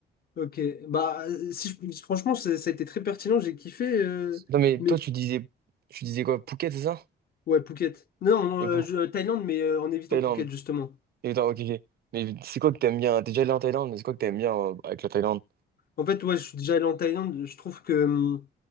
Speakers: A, on the left (about 50°); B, on the right (about 50°).
A: Ok, bah euh, si je- franchement ça, ça a été très pertinent, j'ai kiffé, euh,
B: Non, mais
A: mais
B: toi, tu disais, tu disais quoi, Phuket, c'est ça?
A: ouais Phuket. Non, non,
B: Et
A: euh,
B: pour
A: je- euh, Thaïlande, mais euh, en évitant
B: Thaïlande.
A: Phuket justement.
B: Et attends, ok, ok. Mais c'est quoi que t'aimes bien? T'es déjà allé en Thaïlande, mais c'est quoi que t'aimes bien euh, avec la Thaïlande?
A: En fait, ouais, je suis déjà allé en Thaïlande, je trouve que hum,